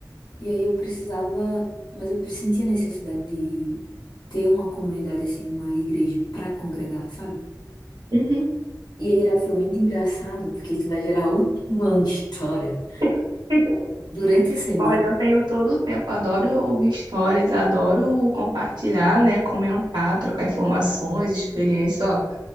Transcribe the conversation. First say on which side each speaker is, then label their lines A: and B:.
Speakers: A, on the left; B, on the right.
A: e aí eu precisava, mas eu sentia a necessidade de ter uma comunidade, assim, uma igreja para congregar, sabe?
B: Uhum.
A: E aí era, foi muito engraçado, porque isso vai gerar outra história.
B: <laughs>
A: Durante a semana,
B: Olha, eu tenho todo o tempo, adoro ouvir histórias, adoro compartilhar, né, comentar, trocar informações, experiências, ó,